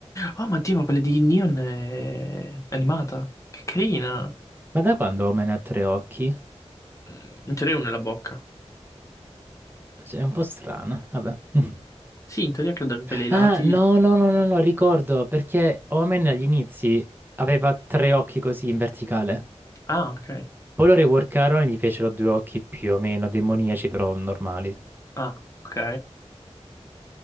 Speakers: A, on the left; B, on the right.
A: Oh, ma Dio, ma quella di Neon è animata. Che carina.
B: Ma da quando Omen ha tre occhi?
A: Mm, In teoria una nella bocca.
B: Cioè, è un po' strana, vabbè. <laughs>
A: Sì, in teoria credo che per i lati...
B: Ah, no, no, no, no, no, ricordo, perché Omen agli inizi aveva tre occhi così in verticale.
A: Ah, ok.
B: Poi lo reworkarono e gli fecero due occhi più o meno demoniaci, però normali.
A: Ah, ok.